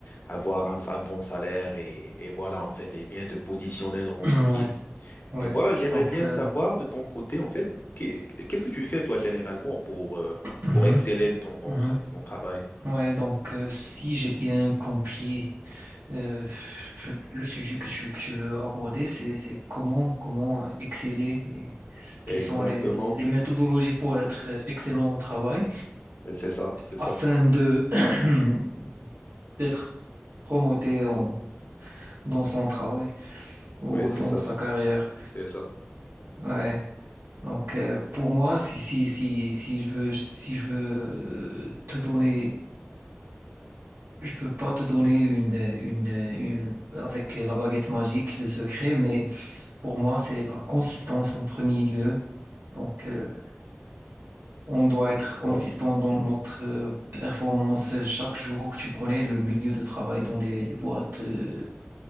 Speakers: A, on the left (about 45°); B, on the right (about 70°).
A: avoir un, un bon salaire et, et voilà en fait et bien te positionner dans l'entreprise.
B: Ouais, ouais.
A: Et voilà, j'aimerais
B: Donc,
A: bien
B: euh,
A: savoir de ton côté en fait qu'est- qu'est-ce que tu fais toi généralement pour euh,
B: mhm,
A: pour exceller dans dans
B: mhm.
A: tra- ton travail?
B: Ouais, donc euh, si j'ai bien compris euh, le sujet que tu, que tu veux aborder, c'est c'est comment comment exceller et ce
A: Exactement,
B: qui sont les, les, les méthodologies pour être excellent au travail
A: Et c'est ça, c'est
B: afin
A: ça.
B: de <clears throat> d'être promoté en- dans son travail ou
A: Oui, c'est
B: dans
A: ça,
B: sa carrière.
A: c'est ça.
B: Ouais. Donc, euh, pour moi, si, si, si, si je veux, si je veux euh, te donner, je peux pas te donner une, euh, une, euh, une- avec la baguette magique, le secret, mais pour moi, c'est la consistance en premier lieu. Donc, euh, On doit
A: D'accord.
B: être consistant dans notre euh, performance chaque jour. Tu connais le milieu de travail dans les, les boîtes euh,